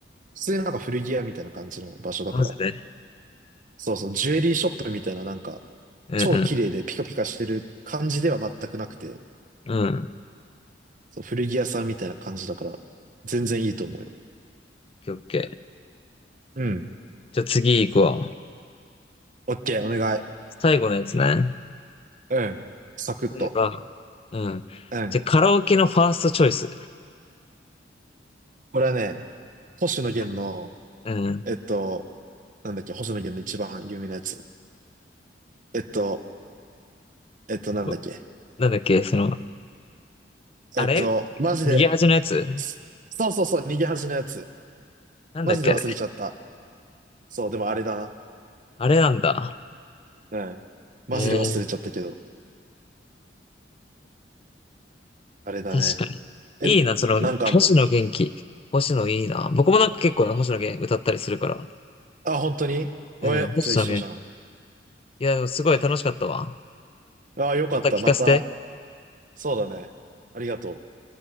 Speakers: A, on the right; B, on the left.
A: 普通になんか古着屋みたいな感じの場所だから、
B: う。マジで。
A: そうそう、ジュエリーショップみたいななんか、
B: うん
A: 超綺麗でピカピカしてる感じでは全くなくて、
B: うん。うん。オッ
A: そう、古着屋さんみたいな感じだから、全然いいと思うよ。
B: ケーオッケー。
A: うん。
B: じゃあ次行くわ。
A: オッケー、お願い。
B: 最後のやつね。
A: うん。サクッと。
B: 例えば、うん。
A: うん。
B: じゃあカラオケのファーストチョイス。
A: これはね、星野源の、
B: なんうん。
A: えっと、なんだっけ、星野源の一番有名なやつ。えっと、えっと、なんだっけ。
B: こなんだっけ、その、あれ
A: えっと、マジで、
B: 逃げ恥のやつ
A: すそうそうそう、逃げ恥のやつ。
B: なんだっけあれ
A: マジで忘れちゃった。そう、でもあれだ
B: あれなんだ。
A: な。うん。マジで忘れちゃったけど、
B: えー
A: あれだね。
B: 確かに。
A: え、
B: いいな、その、
A: なんかあんの
B: 星野元気。星野いいな。僕もなんか結構ね、星野源歌ったりするから。
A: あ、本当にえ、
B: うん、星野源。
A: じゃあ一緒じゃん。
B: いや、でもすごい楽しかったわ。
A: ああ、よかった。
B: また聞かせて。
A: また。そうだね。ありがとう。